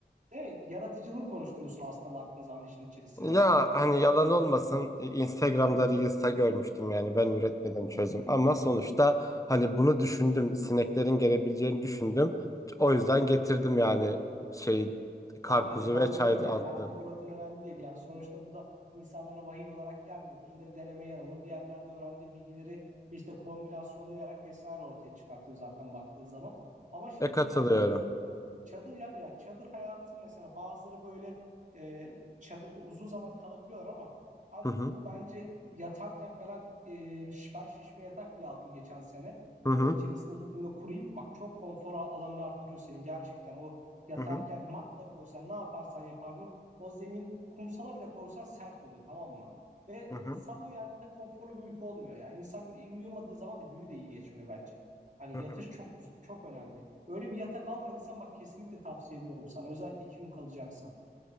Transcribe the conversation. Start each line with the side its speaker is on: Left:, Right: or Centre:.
Right: Değil mi? Yaratıcılık konuşturuyorsun aslında baktığın zaman işin içerisinde.
Left: Ya hani yalan olmasın e, Instagram'da Reels'ta görmüştüm yani ben üretmedim çözüm ama sonuçta hani bunu düşündüm sineklerin gelebileceğini düşündüm o yüzden getirdim yani şeyi karpuzu
Right: Abi önemli
Left: ve çay
Right: değil yani.
Left: altları.
Right: Nerede gördüğün önemli değil. Yani sonuçta bu da insanlara vahiy olarak gelmiyor. Birileri deneme yanılma bir yerlerde öğrendiği bilgileri işte kombinasyonlayarak vesaire ortaya çıkartıyor zaten baktığın zaman. Ama şey
Left: E katılıyorum.
Right: diyeceğim. Çadır ya, ya çadır hayatı mesela bazıları böyle e, çadırda uzun zaman kalabiliyorlar ama abi
Left: Hı hı
Right: bu bence yatarken falan e, şiş- ben şişme yatak bile aldım geçen sene. O
Left: hı hı
Right: içerisine gittiğimde kurayım. Bak çok konfor alanını arttırıyor senin gerçekten. O yatarken
Left: hı hı
Right: mat da koysan ne yaparsan yap abi. O zemin kumsala bile koysan sert oluyor tamam mı? Ve
Left: hı hı.
Right: sabah uyandığında konforlu bir uyku olmuyor ya. İnsan bir iyi uyuyamadığı zaman da günü de iyi geçmiyor bence. Hani
Left: hı
Right: yatış
Left: hı.
Right: çok güzel- çok önemli. Öyle bir yatak almadıysan bak kesinlikle tavsiye ediyorum sana. Özellikle iki gün kalacaksan.